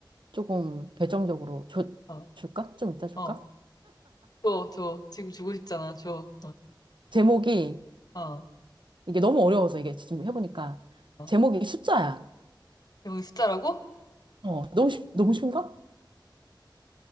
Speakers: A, on the right; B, on the left.
A: 조금 결정적으로 줘,
B: 어,
A: 줄까? 좀 이따 줄까?
B: 어. 줘, 줘. 지금 주고 싶잖아. 줘.
A: 제목이
B: 어, 어,
A: 이게 너무 어려워서 이게 지금 해보니까
B: 어.
A: 제목이 숫자야.
B: 제목이 숫자라고?
A: 어, 너무 쉽, 너무 쉬운가?